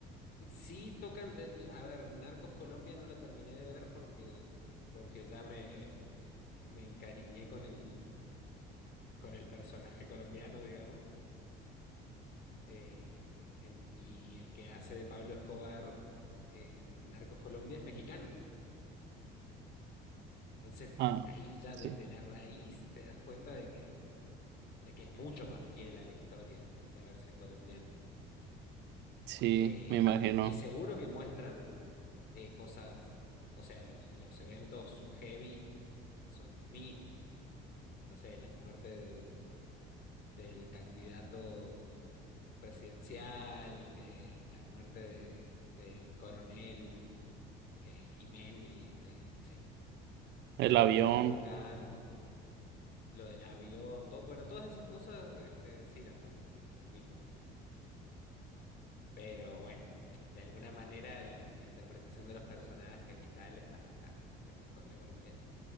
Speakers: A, on the left; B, on the right.
A: Sí tocan, eh, a ver, Narcos Colombia no la terminé de ver porque, porque ya me, me encariñé con el, con el personaje colombiano, digamos, eh, en- y el que hace de Pablo Escobar en Narcos Colombia es mexicano. Entonces
B: Ah,
A: ahí ya
B: sí,
A: desde la raíz te das cuenta de que, de que es mucho más fiel a la historia la versión colombiana.
B: sí,
A: Eh,
B: me imagino.
A: y seguro que muestran eh, cosas, o sea, los, los eventos heavy son los mismos. No sé, la muerte del, del candidato presidencial, eh, la muerte de- del coronel eh, Jiménez, de, no sé,
B: El
A: de
B: avión,
A: Guillermo Cano, lo del avión, todo, bueno, todas esas cosas este, sí las muestran, las mismas. Pero bueno, de alguna manera la, la interpretación de los personajes y tal está bastante mejor la colombiana.